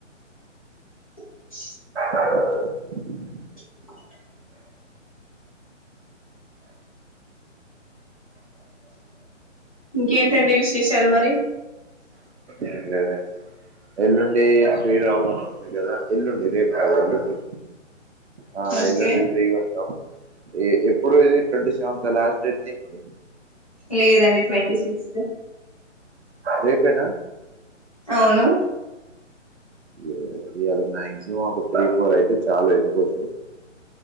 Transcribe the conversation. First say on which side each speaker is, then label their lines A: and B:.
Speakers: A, on the left; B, on the right.
A: <unintelligible>
B: <unintelligible>
A: <unintelligible> ఇంకేంటండి విశేషాలు మరి
B: ఏ లేదండి ఎల్లుండి శ్రీరామనవమి కదా ఎల్లుండి రేపు కాదు ఎల్లుండి ఆ
A: ఓకే
B: ఎల్లుండి ఫ్రీగా ఉంటాం. ఎప్పుడు ఇది ట్వంటీ సెవెంత్ ఆ లాస్ట్ డేట్ దీనికి
A: లేదండి ట్వంటీ సిక్స్త్
B: రేపేనా
A: అవును
B: ఇ ఇవాళ మాక్సిమం ఒక త్రీ ఫోర్ అయితే చాలా ఎక్కువ వద్దు